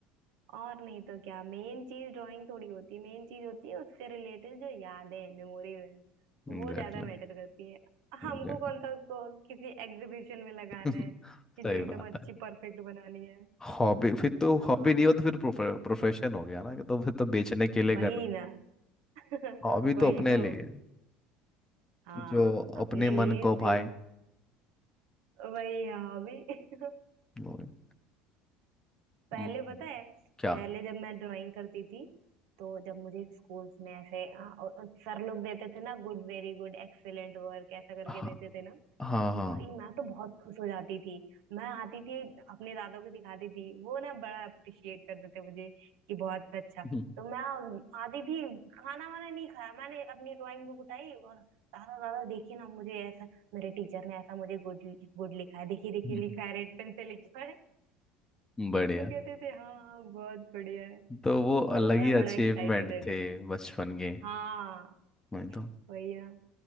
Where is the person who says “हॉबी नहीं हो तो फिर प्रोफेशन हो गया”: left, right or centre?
Left